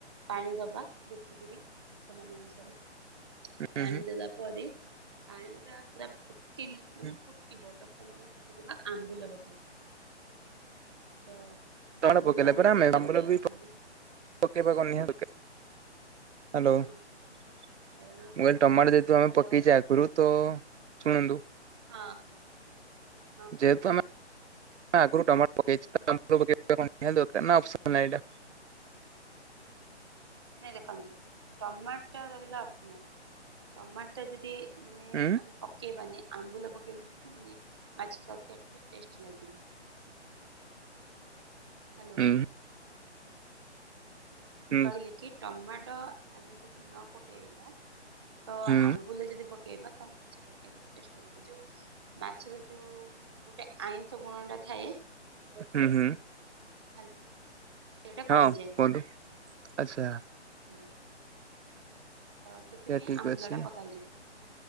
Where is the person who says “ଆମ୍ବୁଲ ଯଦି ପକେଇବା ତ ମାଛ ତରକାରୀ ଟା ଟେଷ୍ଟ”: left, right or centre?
Centre